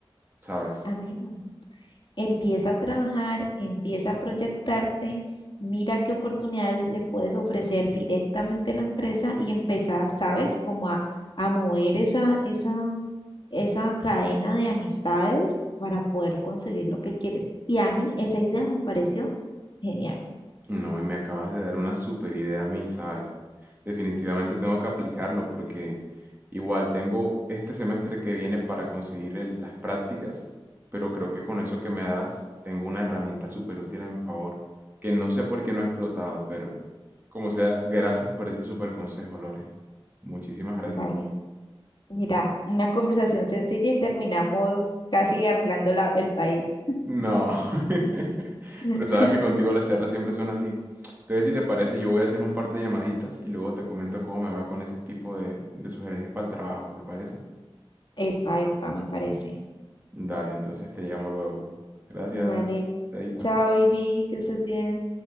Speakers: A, on the right; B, on the left.
A: sabes,
B: amigo, empieza a trabajar, empieza a proyectarte. Mira qué oportunidades le puedes ofrecer directamente a la empresa y empezar, ¿sabes? Como a, a mover esa, esa, esa cadena de amistades para poder conseguir lo que quieres. Y a mí esa idea me pareció genial.
A: No, y me acabas de dar una super idea a mí, ¿sabes? Definitivamente tengo que aplicarlo porque igual tengo este semestre que viene para conseguir el- las prácticas, pero creo que con eso que me das tengo una herramienta súper útil a mi favor, que no sé por qué no he explotado, pero como sea, gracias por ese super consejo, Lore. Muchísimas gracias.
B: Vale, mira, una conversación sencilla y terminamos casi arreglando la- el país.
A: No. <laughs>
B: <laughs>
A: Pero sabes que contigo las charlas siempre son así. Entonces, si te parece, yo voy a hacer un par de llamaditas y luego te comento cómo me va con ese tipo de, de sugerencias para el trabajo, ¿te parece?
B: Epa, epa, me parece.
A: Dale, entonces te llamo luego. Gracias,
B: Vale,
A: Chaito.
B: chao, baby, que estés bien.